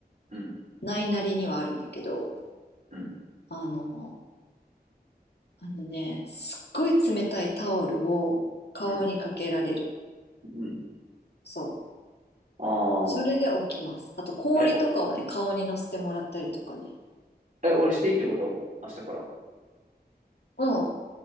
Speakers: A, on the right; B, on the left.
A: うん、
B: ないなりにはあるんだけど、
A: うん、
B: あの、あのね、すっごい冷たいタオルを顔にかけられる。
A: うん、うん。
B: そう。
A: あ
B: それで起きます。あと氷とかをね、
A: あ。え、お
B: 顔にのせてもらったりとかね。
A: え、俺していいってこと明日から。
B: うん。